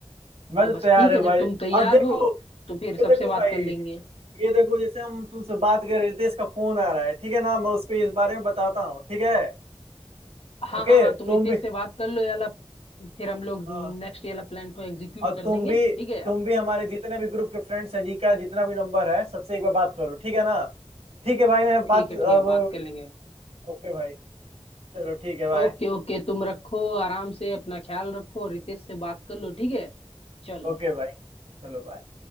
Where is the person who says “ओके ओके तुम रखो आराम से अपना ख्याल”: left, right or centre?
Left